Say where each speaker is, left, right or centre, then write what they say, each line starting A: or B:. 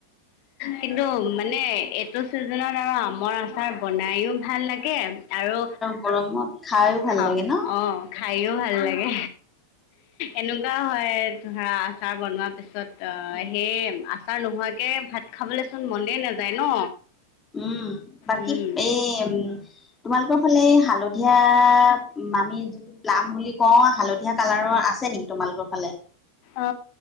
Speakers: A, on the left; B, on the left.
A: কিন্তু মানে এইটো চিজনত আৰু আমৰ আচাৰ বনাইও ভাল লাগে, আৰু
B: গৰমত খাইও ভাল
A: খা
B: লাগে ন।
A: অ খায়ো ভাল ভাল লাগে, এনেকুৱাও হয় ধৰা আচাৰ বনোৱাৰ পিছত ত
B: উম
A: সেই আচাৰ নোহোৱাকে ভাত খাবলৈচোন মনে নাযায় ন।
B: উম, বাকী
A: উম,
B: এ উম তোমালোকৰ ফালে এই হালধীয়া আমি যিটো প্লাম বুলি কওঁ হালধীয়া কালাৰৰ আছে নেকি তোমাৰ তোমালোকৰ ফালে
A: অ